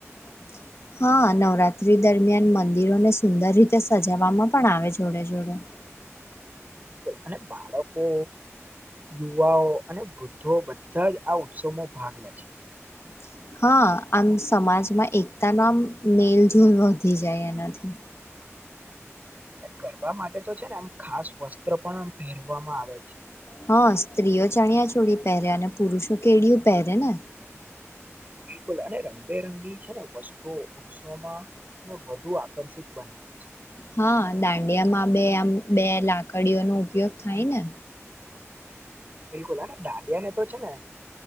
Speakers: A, on the left; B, on the right.
A: <inaudible> હા નવરાત્રી દરમિયાન મંદિરોને સુંદર રીતે સજાવામાં પણ આવે જોડે જોડે હમ
B: બિલકુલ અને બાળકો યુવાઓ અને વૃદ્ધો બધા જ આ ઉત્સવમાં ભાગ લે છે
A: <inaudible> હા આમ સમાજમાં એકતાનો આમ મેલજુલ વધી જાય એનાથી
B: ગરબા માટે તો છે ને આમ ખાસ વસ્ત્ર પણ પહેરવામાં આવે છે.
A: હા <unintelligible> સ્ત્રીઓ ચણિયા ચોળી પહેરે અને પુરુષો કેડિયું પહેરે ને
B: બિલકુલ અને રંગબેરંગી છે ને વસ્તુ ઉત્સોમાં વધુ આકર્ષિત બનાવે છે.
A: હા દાંડિયામાં બે આમ બે લાકડીઓનોો ઉપયોગ થાય ને
B: બિલકુલ હને દાંડિયા ને તો છે ને